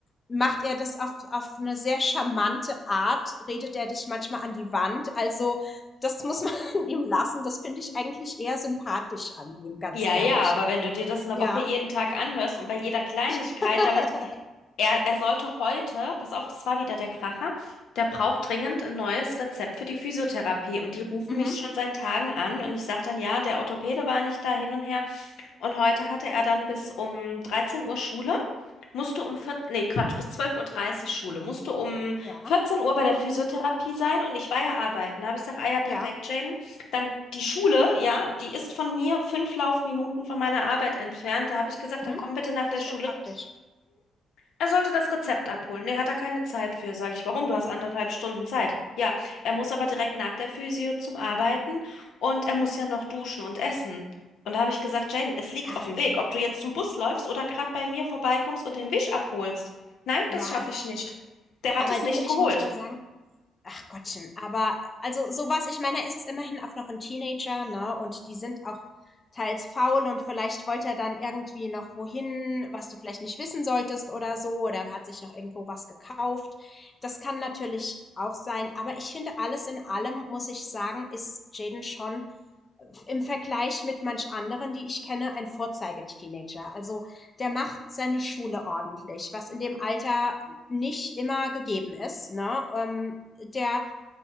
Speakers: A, on the left; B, on the left.
A: macht er das auf, auf eine sehr charmante Art, redet er dich manchmal an die Wand. Also das muss man ihm lassen. Das finde ich eigentlich eher sympathisch an ihm, ganz
B: Ja,
A: ehrlich.
B: ja, aber wenn du dir das eine
A: Ja.
B: Woche jeden Tag anhörst und bei jeder Kleinigkeit,
A: <laughs>
B: damit er, er sollte heute, pass auf, das war wieder der Kracher, der braucht dringend ein neues Rezept für die Physiotherapie und die rufen
A: Mhm.
B: mich schon seit Tagen an und ich sage dann, ja, der Orthopäde war nicht da hin und her. Und heute hatte er dann bis um 13 Uhr Schule, musste um 14, nee, Quatsch, bis 12.30 Uhr dreißig Schule, musste um
A: Ja,
B: 14 Uhr bei der Physiotherapie sein und ich war ja arbeiten. Da habe ich gesagt, ah ja, perfekt,
A: ja.
B: Jaden. Dann die Schule, ja, die ist von mir fünf Laufminuten von meiner Arbeit entfernt. Da habe ich gesagt, dann
A: Mhm.
B: komm bitte nach
A: Ach,
B: der
A: das
B: Schule.
A: ist ja praktisch.
B: Er sollte das Rezept abholen. Nee, hat er keine Zeit für, sage ich. Warum? Du hast anderthalb Stunden Zeit. Ja, er muss aber direkt nach der Physio zum Arbeiten und er muss ja noch duschen und essen. Und da habe ich gesagt, Jaden, es liegt
A: Ja,
B: auf dem Weg, ob du jetzt zum Bus läufst oder gerade bei mir vorbeikommst und den Wisch abholst. Nein, das
A: ja.
B: schaffe ich nicht. Der hat
A: Aber
B: es
A: du,
B: nicht
A: ich
B: geholt.
A: muss mal sagen, Ach Gottchen, aber also sowas. ich meine, er ist immerhin auch noch ein Teenager, ne, und die sind auch teils faul und vielleicht wollte er dann irgendwie noch wohin, was du vielleicht nicht wissen solltest oder so, oder hat sich noch irgendwo was gekauft. Das kann natürlich auch sein, aber ich finde, alles in allem, muss ich sagen, ist Jaden schon, äh, im Vergleich mit manch anderen, die ich kenne, ein Vorzeigeteenager. Also, der macht seine Schule ordentlich, was in dem Alter nicht immer gegeben ist, ne? Ähm, der